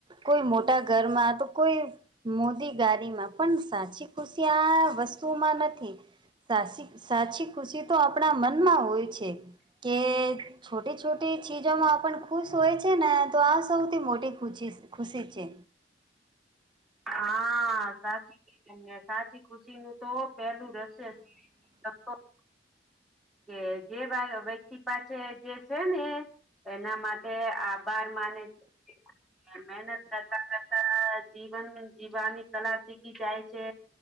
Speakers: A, on the right (about 25°); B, in the centre.
A: કોઈ મોટા ઘરમાં, તો કોઈ મોદી ગાડીમાં. પણ સાચી ખુશી આ વસ્તુમાં નથી. સાસી સાચી ખુશી તો આપણા મનમાં હોય છે. કે છોટે છોટે ચીજોમાં પણ ખુશ હોય છે ને, તો આ સૌથી મોટી ખુચી ખુશી છે.
B: હા સાચી. અને સાચી ખુશી નું તો પેલું રહેશે <unintelligible> કે જે વ્યા વ્યક્તિ પાસે જે છેને એના માટે આ બાર માને છે, મહેનત કરતા કરતા જીવન જીવવાની કલા શીખી જાય છે,